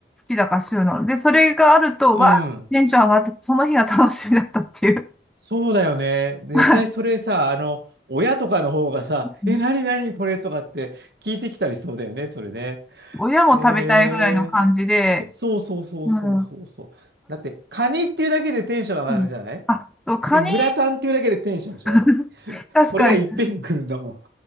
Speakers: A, in the centre; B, on the right (about 60°).
A: きだから収納。で、それがあると、
B: うん。
A: わテンション上がって、その日が楽しみだったっていう。
B: そうだよね。絶対それさ、
A: はい
B: あの、親とかの方がさ、
A: <laughs>
B: え、なになにこれとかって聞いてきたりそうだよね、それね。
A: 親も食べたいぐらいの感じで、
B: へえ。そうそうそうそうそうそう。
A: うん。あ、
B: だって、カニっていうだけでテンション上がるじゃない
A: うんあと、カニ、
B: で、グラタンっていうだけでテンションでしょ
A: <laughs> 確かに、
B: それがいっぺんに来るんだも